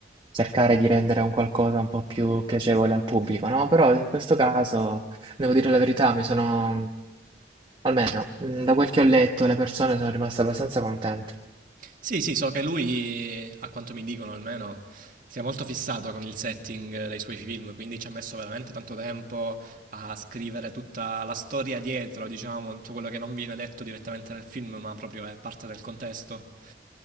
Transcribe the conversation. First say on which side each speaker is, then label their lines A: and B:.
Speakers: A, on the right; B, on the right.
A: cercare di rendere un qualcosa un po' più piacevole al pubblico, no, però in questo caso, devo dire la verità, mi sono almeno, mhmm, da quel che ho letto, le persone sono rimaste abbastanza contente.
B: Sì, sì, so che lui, a quanto mi dicono almeno, si è molto fissato con il setting dei suoi film, quindi ci ha messo veramente tanto tempo a scrivere tutta la storia dietro, diciamo, tutto quello che non viene detto direttamente nel film, ma proprio è parte del contesto.